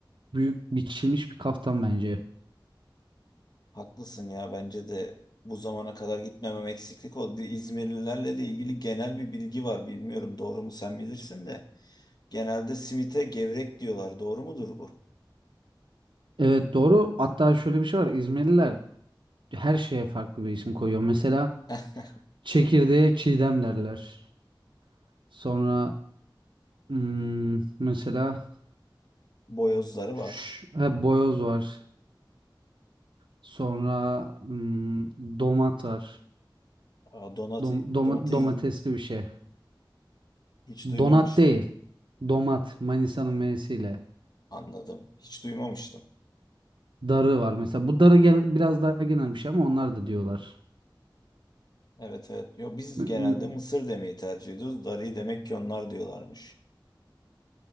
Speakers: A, on the right; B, on the left.
A: büyük biçilmiş bir kaftan bence.
B: Haklısın ya bence de bu zamana kadar gitmemem eksiklik oldu. İzmirlilerle de ilgili genel bir bilgi var. Bilmiyorum doğru mu sen bilirsin de. Genelde simite gevrek diyorlar. Doğru mudur bu?
A: Evet doğru. Hatta şöyle bir şey var. İzmirliler her şeye farklı bir isim koyuyor. Mesela
B: <laughs>
A: çekirdeğe çiğdem derler. Sonra hmm, mesela
B: Boyozları var.
A: şş, ha, boyoz var. Sonra hmm, domat var.
B: Aa, Donat,
A: Dom, doma-
B: donatı
A: domatesli bir şey.
B: hiç duymamıştım.
A: Donat değil. Domat. Manisa'nın M'siyle.
B: Anladım. Hiç duymamıştım.
A: Darı var mesela. Bu darı gen- biraz daha genel bir şey ama onlar da diyorlar.
B: Evet evet. Yo, biz
A: M-
B: genelde
A: m-
B: mısır demeyi tercih ediyoruz. Darıyı demek ki onlar diyorlarmış.